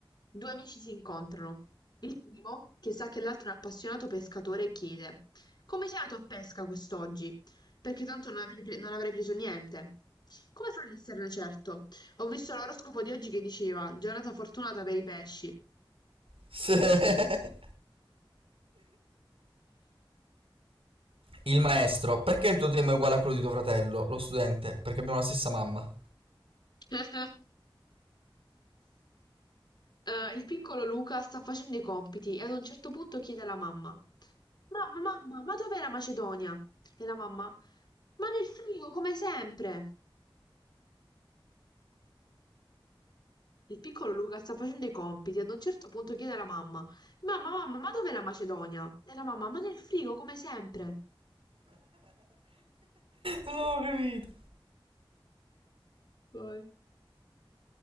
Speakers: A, on the left (about 50°); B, on the right (about 85°).
A: due amici si incontrano. Il primo, che sa che l'altro è un appassionato pescatore, chiede: Come sei andato a pesca quest'oggi? Perché tanto non avrei, pre- non avrei preso niente. Come farò ad esserne certo? Ho visto l'oroscopo di oggi che diceva: Giornata fortunata per i pesci.
B: Sì. <laughs> Il maestro, perché il tuo tema è uguale a quello di tuo fratello? Lo studente, perché abbiamo la stessa mamma.
A: <laughs> Eh, il piccolo Luca sta facendo i compiti e ad un certo punto chiede alla mamma: Mamma, mamma, ma dov'è la Macedonia? E la mamma: Ma nel frigo, come sempre. Il piccolo Luca sta facendo i compiti e ad un certo punto chiede alla mamma: Mamma, mamma, ma dov'è la Macedonia? E la mamma: Ma nel frigo, come sempre.
B: Non ho capito.
A: Vai.